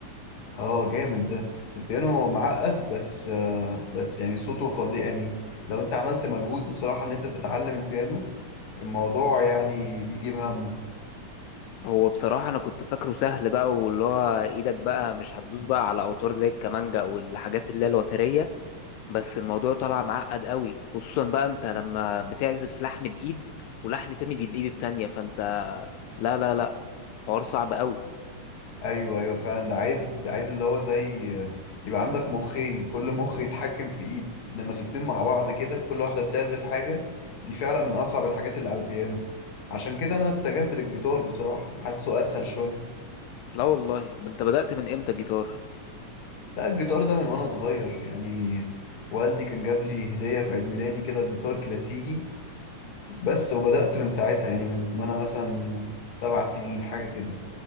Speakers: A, on the left (about 50°); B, on the left (about 80°).
A: اه جامد ده البيانو معقد بس آه، بس يعني صوته فظيع يعني لو انت عملت مجهود بصراحة ان انت تتعلم البيانو الموضوع يعني بيجيب همه
B: هو بصراحة انا كنت فاكره سهل بقى واللي هو ايدك بقى مش هتدوس بقى على اوتار زي الكمانجا او الحاجات اللي هي الوترية بس الموضوع طلع معقد قوي خصوصا بقى انت لما بتعزف لحن بايد ولحن تاني بالايد التانية فانت لا لا لا حوار صعب قوي
A: ايوه ايوه فعلا ده عايز عايز اللي هو زي آه، يبقى عندك مخين كل مخ يتحكم في ايد انما الاتنين مع بعض كده كل واحدة بتعزف حاجة دي فعلا من اصعب الحاجات اللي على البيانو عشان كده انا اتجهت للجيتار بصراحة حاسه اسهل شوية
B: لا والله ده انت بدأت من امتى جيتار
A: لا الجيتار ده من وانا صغير يعني والدي كان جاب لي هدية في عيد ميلادي كده جيتار كلاسيكي بس وبدأت من ساعتها يعني من ما انا مثلا سبع سنين حاجة كده